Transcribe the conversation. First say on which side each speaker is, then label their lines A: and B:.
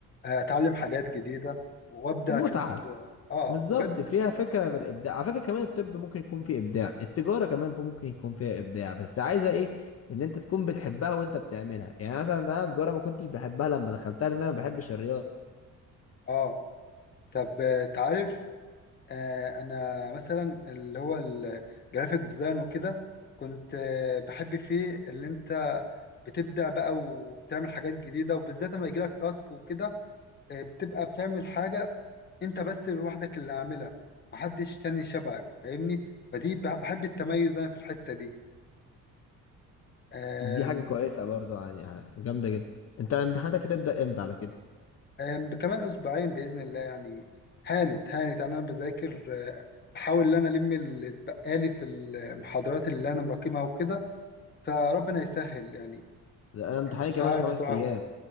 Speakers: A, on the left; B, on the left.
A: اتعلم حاجات جديده وابدع
B: ومتعه
A: في الموضوع اه
B: بالظبط
A: بجد
B: فيها فكرة من الإبداع على فكرة كمان الطب ممكن يكون فيه إبداع التجارة كمان في ممكن يكون فيها إبداع بس عايزة إيه إن أنت تكون بتحبها وأنت بتعملها يعني مثلا أنا التجارة ما كنتش بحبها لما دخلتها لأن أنا ما بحبش الرياضة
A: اه طب آه، تعرف آه انا مثلا اللي هو الجرافيك ديزاين وكده كنت آه بحب فيه اللي انت بتبدع بقى وبتعمل حاجات جديده وبالذات لما يجيلك تاسك وكده آه بتبقى بتعمل حاجه انت بس لوحدك اللي عاملها محدش تاني شبهك فاهمني فدي بح- بحب التميز انا في الحته دي
B: دي حاجة كويسة برضو يعني يعني جامدة جدا أنت امتحاناتك هتبدأ إمتى على كده؟
A: آم، كمان اسبوعين باذن الله يعني هانت هانت يعني انا بذاكر آه، بحاول ان انا الم اللي اتبقالي في المحاضرات اللي انا مراكمها وكده فربنا يسهل يعني
B: لا، أنا امتحاني
A: مش
B: كمان
A: عارف
B: خمس
A: بصراحه
B: أيام